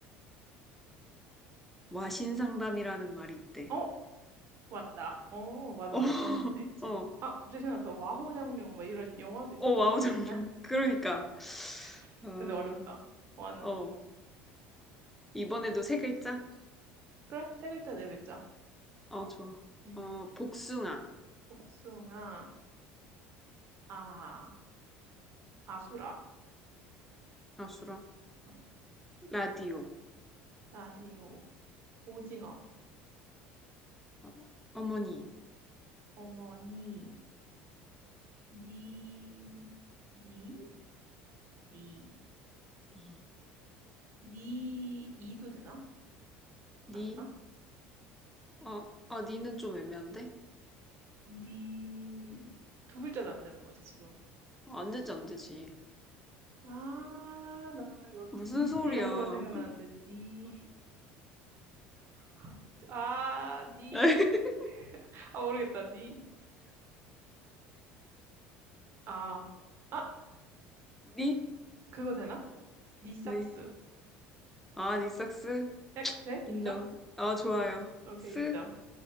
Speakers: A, in the centre; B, on the right (about 55°).
A: 와신상담이라는 말이 있대.
B: 어, 맞다. 어, 맞아,
A: 어,
B: 맞아.
A: <laughs>
B: 그런 문제 있지.
A: 어.
B: 아, 갑자기 생각났어. 와호장룡, 막 이런 영화도 있었던
A: 어, 와우
B: 것 같은데,
A: 정룡.
B: 옛날.
A: <laughs> 그러니까.
B: <laughs>
A: 어,
B: 근데 어렵다. 와는.
A: 어, 이번에도 세 글자?
B: 그래, 세 글자, 네 글자.
A: 어, 좋아.
B: 음
A: 어, 복숭아.
B: 복숭아, 아, 아수라.
A: 아, 수라.
B: 응.
A: 라디오.
B: 라디오, 오징어,
A: 어, 어머니.
B: 어머니, 니, 니, 니,
A: 니,
B: 니, 이도 되나?
A: 니,
B: 안 되나?
A: 어, 아, 니는 좀 애매한데?
B: 니, 두 글자도 안 되는 거지, 지금.
A: 어, 안 되지, 안 되지.
B: 아, 나 이거,
A: 무슨
B: 리스
A: 소리야.
B: 이런 것만 생각나는데, 니, 아, 진짜. 아, 니.
A: <laughs>
B: 아, 모르겠다. 니. 아. 아,
A: 니?
B: 그거 되나? 니 삭스.
A: 네. 아, 니삭스?
B: 야, 그, 돼? 인정?
A: 인정. 아, 좋아요.
B: 오케이,
A: 스?
B: 인정.